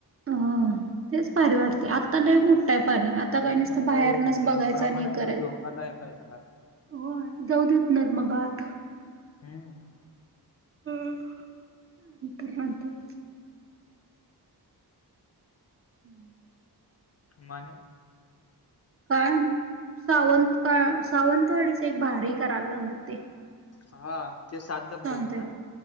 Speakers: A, on the right; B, on the left.
A: हम्म तेच <unintelligible> वाटते आत. आता लई
B: हा.
A: मोठाय पाणी आता
B: लय
A: काय नुसतं
B: मोठा
A: बाहेरनच
B: आहे असं
A: बघायचं
B: प्रमाणात
A: आणि करायच.
B: धोकादायक आहे सगळा आता.
A: होय जाऊ देत नात मग आत.
B: हम्म.
A: अ अंथरुणातच. हम्म.
B: माने.
A: काय. सावंतकाळ सावंतवाडीच एक भारी करायला लावलात ते.
B: हा ते सात धबधबे
A: सावंतवाडी
B: ना.